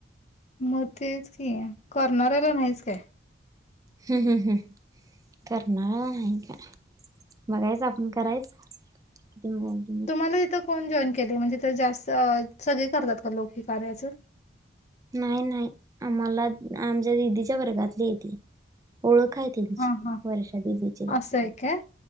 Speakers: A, on the left; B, on the right.
A: मंग तेचं की कॉर्नर आंला नाहीच कायं
B: हम्मं हम्मं हमं करणारं नाहीं कां बघायचं आपणं करायचं किती म्हणालं
A: तुम्हांला तिथं कोणं जॉईन केले म्हणजे तीथं जास्तं सगळें करतांत कां लोकं हे कार्याचं
B: नाही नाही आम्हाला आमच्या दिदीच्या वर्गातलीय ती. ओळख हायत.
A: हा हा
B: वर्षा दिदीचीया.
A: असं आहे काय